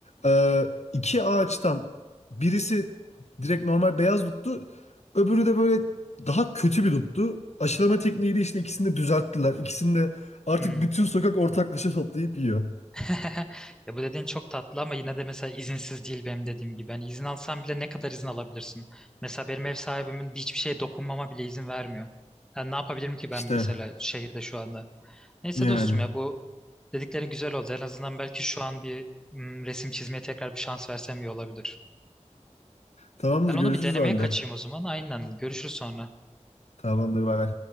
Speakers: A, on the left (about 65°); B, in the centre.
A: Ee, iki ağaçtan birisi direkt normal beyaz duttu. Öbürü de böyle daha kötü bir duttu. Aşılama tekniğiyle işte ikisini de düzelttiler. İkisini de artık
B: Hmm.
A: bütün sokak ortaklaşa toplayıp yiyor.
B: <laughs> Ya bu dediğin çok tatlı ama yine de mesela izinsiz değil benim dediğim gibi. Hani izin alsan bile ne kadar izin alabilirsin? Mesela benim ev sahibimin hiçbir şeye dokunmama bile izin vermiyor. Yani ne yapabilirim ki
A: İşte
B: ben mesela şehirde şu anda? Neyse
A: yani.
B: dostum ya bu dediklerin güzel oldu. En azından belki şu an bir mm, resim çizmeye tekrar bir şans versem iyi olabilir.
A: Tamamdır
B: Ben onu
A: görüşürüz
B: bir denemeye
A: o halde.
B: kaçayım o zaman. Aynen görüşürüz sonra.
A: Tamamdır bay bay.